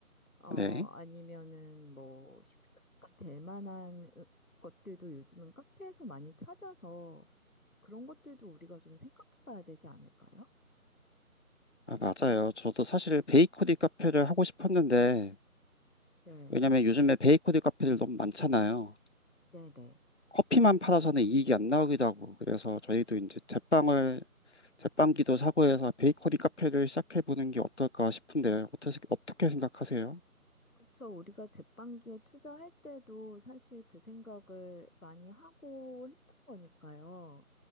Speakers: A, on the left; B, on the left.
A: 어,
B: 네.
A: 아니면은 뭐 식사가 될 만한 으- 것들도 요즘은 카페에서 많이 찾아서 그런 것들도 우리가 좀 생각해 봐야 되지 않을까요?
B: 아, 맞아요. 저도 사실 베이커리 카페를 하고 싶었는데
A: 네,
B: 왜냐면 요즘에 베이커리 카페들 너무 많잖아요.
A: 네네.
B: 커피만 팔아서는 이익이 안 나오기도 하고 그래서 저희도 이제 제빵을 제빵기도 사고해서 베이커리 카페를 시작해보는 게 어떨까 싶은데 어떻게, 어떻게 생각하세요?
A: 그쵸. 우리가 제빵기에 투자할 때도 사실 그 생각을 많이 하고 했던 거니까요.